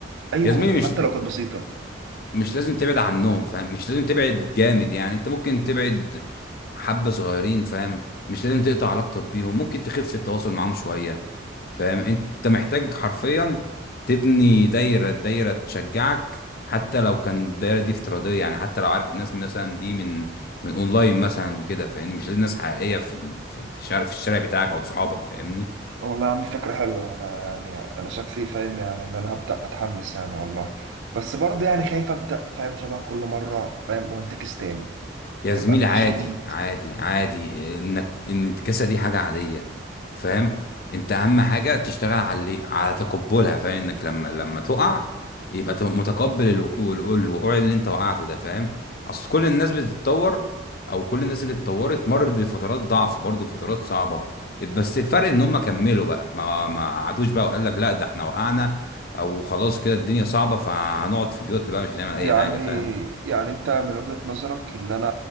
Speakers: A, on the right; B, on the left.
A: اي
B: يا
A: خطوة
B: زميلي
A: حتى
B: مش
A: لو كانت بسيطة
B: مش لازم تبعد عنهم فاهم مش لازم تبعد جامد يعني انت ممكن تبعد حبة صغيرين فاهم مش لازم تقطع علاقتك بيهم ممكن تخف التواصل معاهم شوية فاهم انت محتاج حرفيا تبني دايرة دايرة تشجعك حتى لو كان الدايرة دي افتراضية يعني حتى لو عارف الناس مثلا دي من من اونلاين مثلا وكده فاهمني مش لازم ناس حقيقية في ال- في في الشارع في الشارع بتاعك او صحابك فاهمني
A: والله يا عم فكرة حلوة أنا يعني أنا شكلي فاهم يعني إن أنا هبدأ أتحمس يعني والله بس برضه يعني خايف أبدأ فاهم شبه كل مرة فاهم وأنتكس تاني
B: يا
A: هيبقى
B: زميلي
A: مفيش
B: عادي
A: جديد
B: عادي عادي انك ان الكسة دي حاجة عادية فاهم انت اهم حاجة تشتغل على اللي- على تقبلها فاهم انك لما لما تقع يبقى تبقى متقبل الوقوع الوقوع الوقوع اللي انت وقعته ده فاهم اصل كل الناس بتتطور او كل الناس اللي اتطورت مرت بفترات ضعف برضه فترات صعبة بس الفرق ان هم كملوا بقى ما ما قعدوش بقى وقال لك لا ده احنا وقعنا او خلاص كده الدنيا صعبة فهنقعد في بيوتنا بقى مش هنعمل اي
A: يعني
B: حاجة فاهم
A: يعني أنت من وجهة نظرك اللي أنا